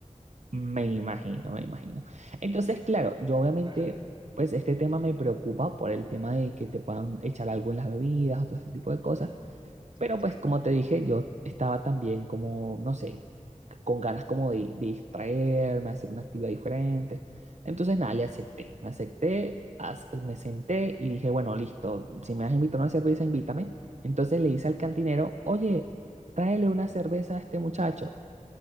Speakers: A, on the right; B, on the right.
A: Me
B: <laughs>
A: imagino, me imagino. Entonces, claro, yo obviamente,
B: Ajá.
A: pues este tema me preocupa por el tema de que te puedan echar algo en las bebidas o todo este tipo de
B: Ujú.
A: cosas,
B: Sí,
A: pero
B: es cierto.
A: pues como te dije, yo estaba también como, no sé, con ganas como de, de distraerme, hacer una actividad diferente. Entonces, nada, le acepté, me acepté, as- me senté y dije, bueno, listo, si me vas a invitar a una cerveza, invítame. Entonces le hice al cantinero, oye, tráele una cerveza a este muchacho.